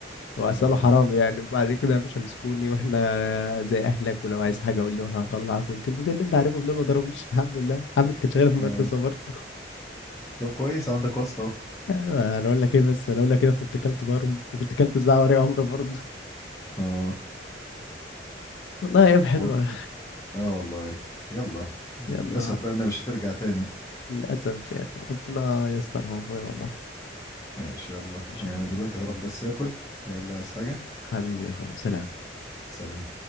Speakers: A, on the left (about 80°); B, on the left (about 20°).
A: وعساله
B: اه
A: حرام يعني وبعد كده مش همسكوني واحنا زي اهلك ولو عايز حاجه قول لي وانا هطلعك والكلمتين اللي انت عارفهم دول ما ضربنيش الحمد لله عمت كانت شغاله في المدرسه
B: اه
A: برضه
B: طب كويس عندك واسطة اهو
A: أيوة، انا اقول لك ايه بس انا اقول لك كده كنت كلت ضرب وكنت كلت زعوة وري امر برضه
B: اه
A: والله ايام حلوه
B: وال- اه والله يلا للأسف
A: يلا
B: بقى انها مش هترجع تاني
A: للاسف يعني ربنا يسترها يا اخويا والله
B: ماشي يلا
A: ماشي
B: انا
A: يا حبيبي
B: دلوقتي هروح بس اكل يلا عايز حاجة
A: حبيبي يا اخوي سلام
B: سلام